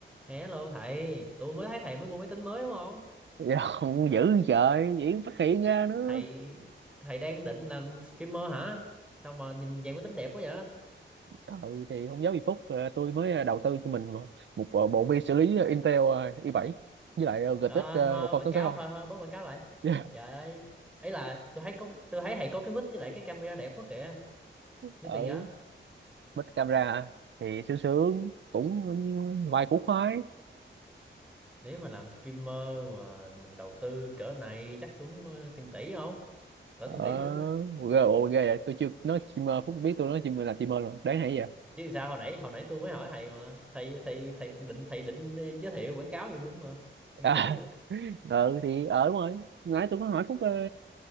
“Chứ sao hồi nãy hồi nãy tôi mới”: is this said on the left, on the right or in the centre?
Centre